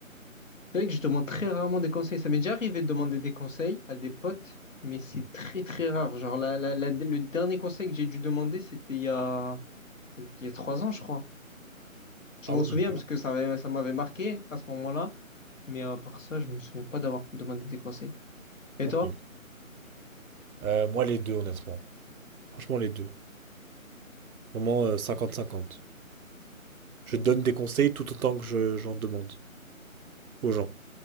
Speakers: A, on the left; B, on the right.
A: C'est vrai que je demande très rarement des conseils. Ça m'est déjà arrivé de demander des conseils à des potes, mais c'est très très rare. Genre la, la- la- le dernier conseil que j'ai dû demander, c'était il y a, il y a trois ans, je crois. Je
B: Ah
A: m'en
B: oui,
A: souviens parce que ça avait- ça m'avait marqué à ce moment-là. Mais à part ça, je me souviens pas d'avoir demandé des conseils. Et
B: ok.
A: toi?
B: Euh, moi, les deux, honnêtement. Franchement, les deux. Vraiment euh, 50-50. Je donne des conseils tout autant que je- j'en demande aux gens.